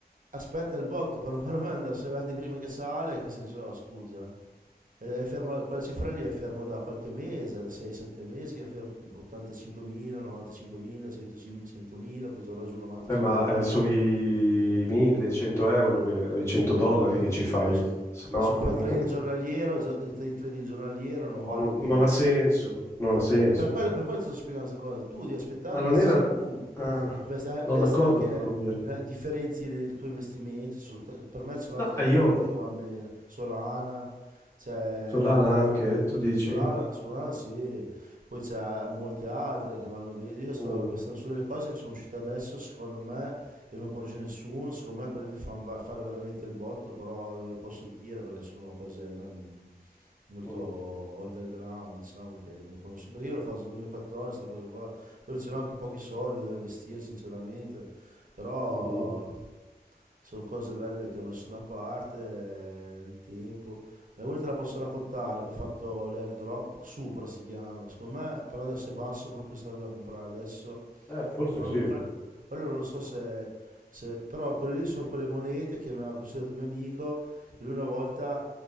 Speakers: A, on the right; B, on the left.
A: aspetta il botto però <laughs> per vendere, se vendi prima che sale, che senso ha, scusa? eh? È- è fermo- quella cifra lì è fermo da qualche mese, da 6-7 mesi, che è fermo, 85.000, 95.000, 100.000, 100.000, poi torna giù 95.000.
B: Vabbè, ma eh, sui 1000, i 100 euro, che, i 100 dollari
A: È, è,
B: che ci fai,
A: è, su-
B: se no
A: se fai
B: <laughs>
A: trading giornaliero, gio- il tra- trading giornaliero non
B: no,
A: vale niente.
B: non ha senso, non ha senso.
A: Eh, per quello, per quello ti sto spiegando questa cosa. Tu devi aspettare
B: Ma non
A: che ci
B: era...
A: sia il boom.
B: ah,
A: Tu investi, a-
B: no,
A: investi
B: d'accordo
A: anche,
B: però, Mire.
A: eh, differenzi del tuo investimento. Ci sono t- per me ci sono
B: No,
A: altre
B: ah, io,
A: criptovalute che vanno bene. Solana, c'è
B: Solana
A: delle
B: anche,
A: altre...
B: eh, tu dici?
A: Solana, Solana sì, poi c'è molte altre che vanno bene. Io sto
B: Mm,
A: investendo su delle cose che sono uscite adesso, secondo me, che non conosce nessuno. Secondo me quelle mi fanno va- fare veramente il botto, però non le posso dire perché sono cose... non- molto
B: mm,
A: underground, diciamo che non conosco, perché io l'ho fatto nel 2014, questa cosa qua, poi c'erano anche pochi soldi da investire sinceramente, però
B: mhm.
A: sono cose belle che ho messo da parte eh, nel tempo. Ma una te la posso raccontare, che ho fatto l'airdrop, Supra si chiama, secondo me, però adesso è basso, proprio sarebbe da comprare adesso
B: Eh, forse
A: però
B: sì.
A: non- quello, quello non lo so se, se- Però quelle lì sono quelle monete che mi aveva consigliato un mio amico. che Lui una volta